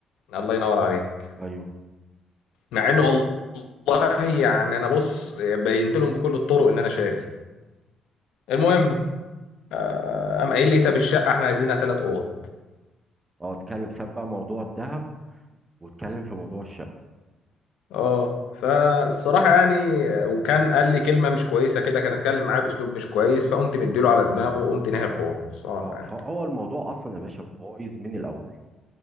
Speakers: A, on the left (about 85°); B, on the right (about 20°).
A: الله ينور عليك
B: ايوه
A: مع انه والله يعني انا بص بينت لهم بكل الطرق ان انا شاري المهم آه، قام قايل لي طب الشقه احنا عايزينها ثلاث اوض
B: اه اتكلم ساب بقى موضوع الذهب واتكلم في موضوع الشقه
A: اه فالصراحة يعني وكان قال لي كلمة مش كويسة كده كان اتكلم معايا بأسلوب مش كويس فقمت مديله على دماغه وقمت نهي الحوار الصراحة
B: اه
A: يعني
B: فهو الموضوع اصلا يا باشا بايظ من الاول